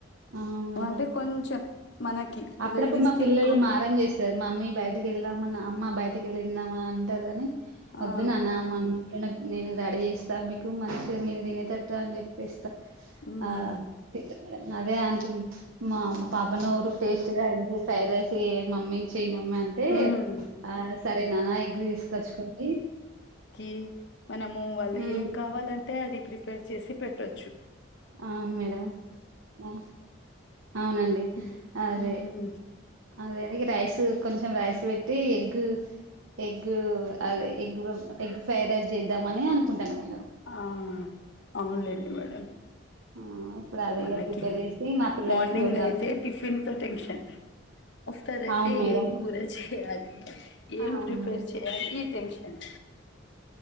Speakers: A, on the right; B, on the left.
A: అవును మేడం
B: ఏమంటే కొంచెం మనకి
A: అప్పుడప్పుడు
B: లేడీస్
A: మా
B: కి
A: పిల్లలు
B: ఎక్కువ
A: మారం చేస్తారు మమ్మీ బయటకు వెళ్దాము అమ్మ బయటకి వెళ్ళి తిందామా అంటారు గాని వద్దునాన్న
B: ఆ
A: మనం ప్రనప్ నేను రెడీ చేస్తా మీకు మంచిగా మీరు తినేటట్టు అని చెప్పేస్ త
B: ఉమ్
A: ఆ అదే తింటారు మేడం మా పాప నోరు టేస్ట్గా అంచి ఫ్రైడ్ రైస్ ఏయ్ మమ్మీ చేయి మమ్మీ అంటే
B: ఉమ్
A: ఆ సరేనాన ఎగ్గు తీసుకొచ్చుకోండి
B: ఈ మనము వాళ్ళు
A: హ్మ్
B: ఏం కావాలంటే అది ప్రిపేర్ చేసి పెట్టచ్చు
A: అవును మేడం ఆ అవునండి
B: ఉమ్
A: అదే
B: ఉమ్,
A: అదే ఇగ రైస్ కొంచెం రైస్ వేట్టి ఎగ్ ఎగ్ అదే ఎగ్ ఎగ్ ఫ్రైడ్ రైస్ చేద్దామని అనుకుంటాన్న మేడం
B: ఆ అవునులేండి మేడం
A: ఆ ఇప్పుడు అదే
B: మనకి
A: ప్రిపేర్ చేసి మా పిల్లలకి
B: మార్నింగ్
A: పెడదామని
B: అయితే టిఫిన్ తో టెన్షన్ ఆఫ్టర్ అయితే
A: అవును మేడం
B: ఏం కూర చేయాలి ఏం
A: అవును
B: ప్రిపేర్
A: మేడం
B: చేయాలి ఈ టెన్షన్